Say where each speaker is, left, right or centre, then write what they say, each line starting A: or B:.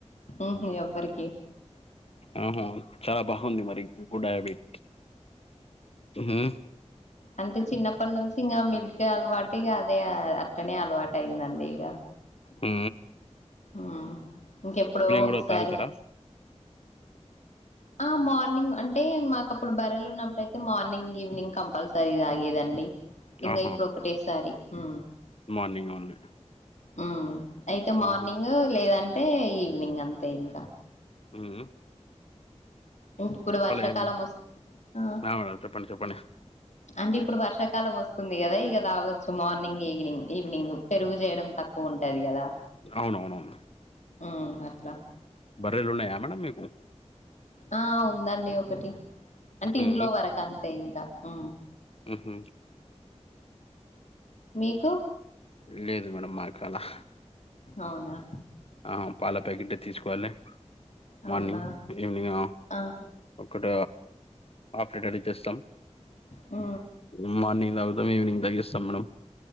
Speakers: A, on the left (about 75°); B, on the left (about 55°).
A: ఉహు ఎవ్వరికి
B: ఆహా చాలా బాగుంది మరి గుడ్ హ్యాబిట్ ఉహు
A: అంటే చిన్నప్పటి నుంచి ఇంకా మిల్క్ అలవాటు ఇక అదే అట్టనే అలవాటు అయిందండి ఇక
B: ఊ
A: ఆ ఇంకెప్పుడో
B: కూడా
A: ఒకసారి
B: తాగుతారా
A: ఆ మార్నింగ్ అంటే మాకు అప్పుడు బర్రలు ఉన్నప్పుడయితే మార్నింగ్ ఈవినింగ్ కంపల్సరీ తాగేదండి ఇంగ
B: ఆహా
A: ఇప్పుడు ఒకటే సారి ఊ
B: మార్నింగ్ ఓన్లీ
A: ఉ అయితే మార్నింగ్
B: ఉహుం,
A: లేదంటే ఈవినింగ్ అంతే ఇంకా
B: ఊ ఉ
A: ఊ ఇప్పుడు వర్షాకాలం
B: ఏం
A: వస్ ఆ
B: మేడం చెప్పండి చెప్పండి
A: అంటే ఇప్పుడు వర్షాకాలం వస్తుంది కదా ఇక తాగొచ్చు మార్నింగ్ ఈగినింగ్ ఈవినింగ్ పెరుగు చేయడం తక్కువ ఉంటది కదా
B: అవునవునవును
A: ఊ అట్లా
B: బర్రెలు ఉన్నాయా మేడం మీకు
A: ఆ ఉందండి ఒకటి అంటే ఇంట్లో
B: ఉహుం,
A: వరకు అంతే ఇంకా ఊ
B: ఉహు
A: మీకు
B: లేదు మేడం మాకు అలా
A: అవునా
B: ఆ పాల ప్యాకెట్ తీసుకోవాలి
A: అవునా
B: మార్నింగ్ ఈవినింగ్
A: ఆహా
B: ఒకట ఆఫ్ లీటర్ ఇ తెస్తాం
A: ఆ
B: ఉ మార్నింగ్ తాగుతం ఈవినింగ్ దాగిస్తాం మేడం